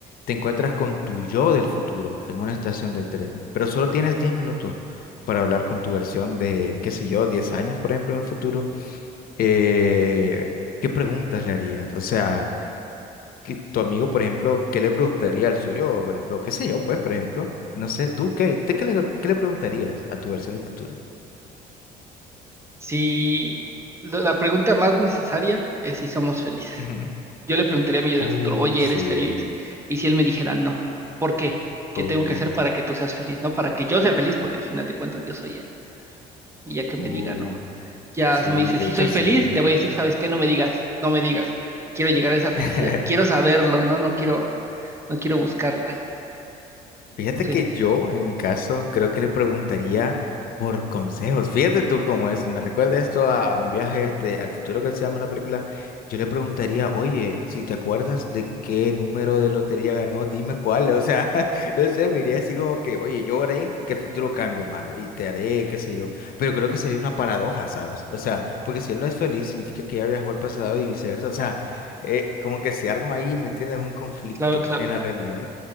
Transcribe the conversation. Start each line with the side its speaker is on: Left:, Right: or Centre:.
Left: te encuentras con tu yo del futuro en una estación de tren, pero solo tienes 10 minutos para hablar con tu versión de, qué sé yo, 10 años, por ejemplo, en el futuro? Eh, ¿qué preguntas le harías? O sea que tu amigo, por ejemplo, ¿qué le preguntaría al suyo? Por ejemplo, qué sé yo, pues, por ejemplo, no sé, tú, ¿qué, te- qué le, qué le preguntarías a tu versión del futuro?
Right: Si la la pregunta más necesaria es si somos felices.
Left: Ujú.
Right: Yo le preguntaría a mi yo
Left: Uh,
Right: del futuro, oye,
Left: sí.
Right: ¿eres feliz? Y si él me dijera, no, ¿por qué? ¿Qué
Left: Uh,
Right: tengo que hacer para que tú seas feliz? No, para que yo sea feliz, porque al final de cuentas yo soy él. Y ya que me
Left: uh,
Right: diga, no. Ya
Left: sí,
Right: si me dice,
Left: de
Right: sí
Left: hecho
Right: soy
Left: sí.
Right: feliz, le voy a decir, ¿sabes qué? No me digas, no me digas. Quiero llegar a esa felicidad.
Left: <laughs>
Right: Quiero saberlo, ¿no? No quiero, no quiero buscarla.
Left: Fíjate
Right: No sé,
Left: que yo, en mi caso, creo que le preguntaría por consejos. Fíjate tú cómo es. si Me recuerda esto a un viaje este, al futuro que se llama la película. Yo le preguntaría, oye, si te acuerdas de qué número de lotería ganó, dime cuál. O sea, <laughs> no sé, me iría así como que, oye, yo haré que el futuro cambie, hermano, y te haré, qué sé yo. Pero creo que sería una paradoja, ¿sabes? O sea, porque si él no es feliz, significa que ya viajó al pasado y viceversa. O sea, eh, como que se arma ahí, ¿me entiendes? Un conflicto
Right: claro, claro.
Left: en la realidad.